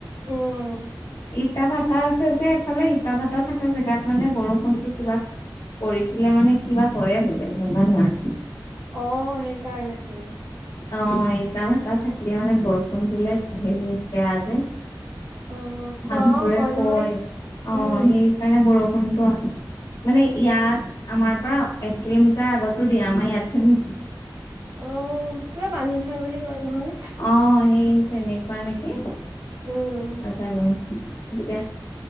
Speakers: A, on the right; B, on the left.
A: উম।
B: ইটা ভটা আছে যে এফালে ইটা ভটা থকা জেগাত মানে বৰষুণতটো কিবা। কৰি পেলাই মানে কিবা কৰে বোলে নাজানো আৰু।
A: অ' সেইকাৰণে চাগে।
B: অ' ইটা ভটা থাকিলে মানে বৰষুণ দিলে হেৰি বেয়া যে।
A: অ ক
B: মানুহবোৰে
A: নহয়
B: কয় অ'
A: উম
B: সেইকাৰণে বৰষুণটো। মানে ইয়াত আমাৰ পৰা এক কিলোমিটাৰ আগতো দিয়ে, আমাৰ ইয়াত খিনি
A: অ' কিবা বান্ধি থয় বুলি কয় নহয়।
B: অ সেই তেনেকুৱা নেকি
A: উম
B: নাজানো, এতিয়া।